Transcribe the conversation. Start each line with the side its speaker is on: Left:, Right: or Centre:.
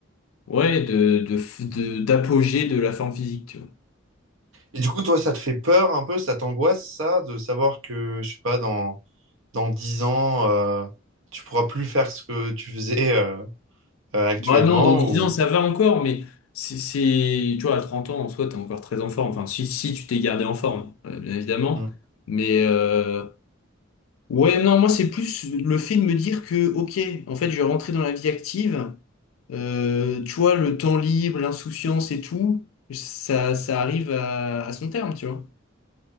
Left: ouais, de, de, f- de- d'apogée de la forme physique, tu vois.
Right: Et du coup, toi, ça te fait peur un peu, ça t'angoisse, ça, de savoir que, je sais pas, dans, dans 10 ans, euh, tu pourras plus faire ce que tu faisais euh, euh, actuellement
Left: Bah non, dans 10
Right: ou...
Left: ans, ça va encore, mais c'est, c'est- tu vois, à 30 ans, en soi, t'es encore très en forme. Enfin, si, si tu t'es gardé en forme, euh, bien évidemment.
Right: Hmm.
Left: Mais euh, ouais, non, moi, c'est plus le fait de me dire que, ok, en fait, je vais rentrer dans la vie active. Euh, tu vois, le temps libre, l'insouciance et tout, ça, ça arrive à, à son terme, tu vois.